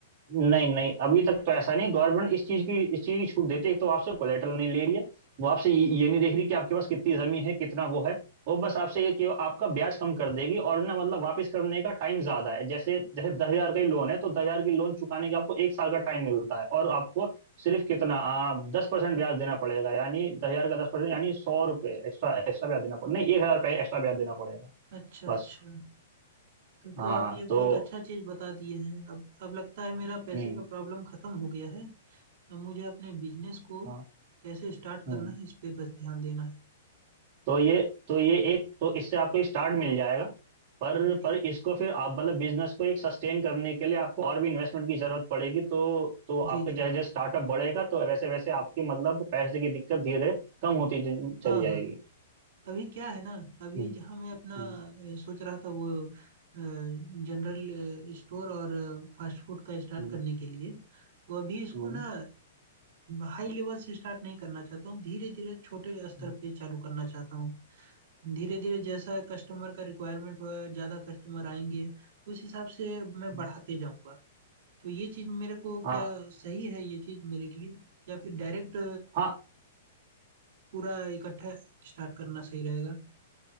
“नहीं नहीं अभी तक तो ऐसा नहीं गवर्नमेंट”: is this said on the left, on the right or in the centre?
Right